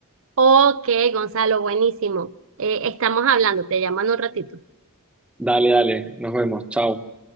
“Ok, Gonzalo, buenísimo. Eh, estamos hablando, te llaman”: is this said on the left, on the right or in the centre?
Right